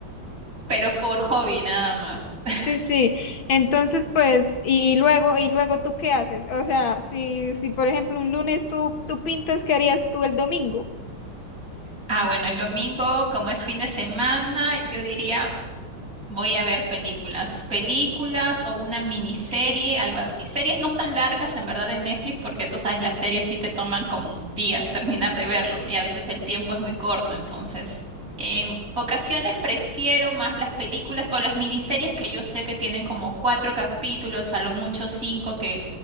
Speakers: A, on the right; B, on the left.
A: Pero por hobby nada más. <laughs>
B: Sí, sí. Entonces, pues, y, y luego, y luego tú qué haces? O sea, si, si por ejemplo un lunes tú, tú pintas, ¿qué harías tú el domingo?
A: Ah, bueno, el domingo, como es fin de semana, yo diría Voy a ver películas, películas o una miniserie, algo así. Series no tan largas en verdad en Netflix porque tú sabes, las series sí te toman como días <laughs> terminar de verlos y a veces el tiempo es muy corto. Entonces, en ocasiones prefiero más las películas o las miniseries que yo sé que tienen como cuatro capítulos, a lo mucho cinco, que